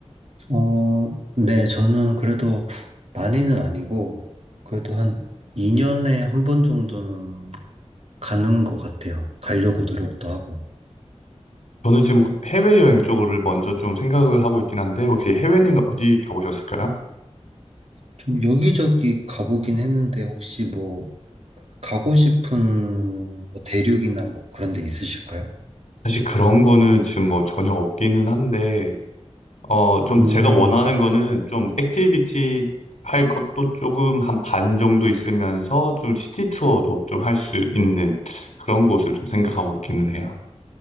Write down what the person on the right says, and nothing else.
어, 네, 저는 그래도 많이는 아니고, 그래도 한 2년에 한 번 정도는 가는 것 같아요. 가려고 노력도 하고.
좀 여기저기 가보긴 했는데, 혹시 뭐, 가고 싶은 뭐 대륙이나 뭐 그런 데 있으실까요?
음,